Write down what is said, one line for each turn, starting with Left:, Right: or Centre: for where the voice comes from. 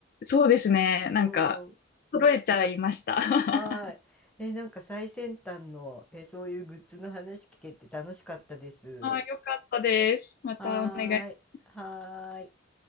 Left: そうですね。なんか、
Centre: うん。
Left: 揃えちゃいました。<laughs>
Centre: はい。え、なんか最先端の、え、そういうグッズの話聞けて楽しかったです。
Left: あ、よかったです。またお願い
Centre: はーい。はーい。